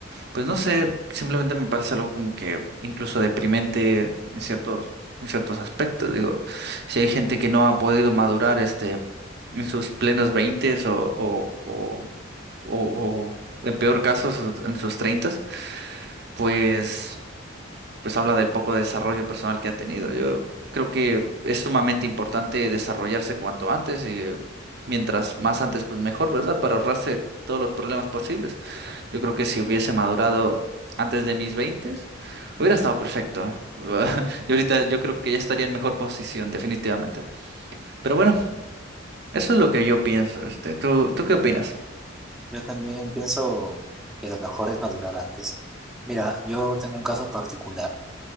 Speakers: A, on the right; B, in the centre.
A: Pues no sé, simplemente me parece algo como que incluso deprimente en ciertos, en ciertos aspectos. Digo, si hay gente que no ha podido madurar este en sus plenos veintes o, o, o, o- o, en peor caso su- en sus treintas, pues, pues habla del poco desarrollo personal que ha tenido. Yo creo que es sumamente importante desarrollarse cuanto antes y mientras más antes, pues mejor, ¿verdad? Para ahorrarse todos los problemas posibles. Yo creo que si hubiese madurado antes de mis 20, hubiera estado perfecto. <laughs> Y ahorita yo creo que ya estaría en mejor posición, definitivamente. Pero bueno, eso es lo que yo pienso. Este, ¿tú, tú qué opinas?
B: Yo también pienso que lo mejor es madurar antes. Mira, yo tengo un caso particular,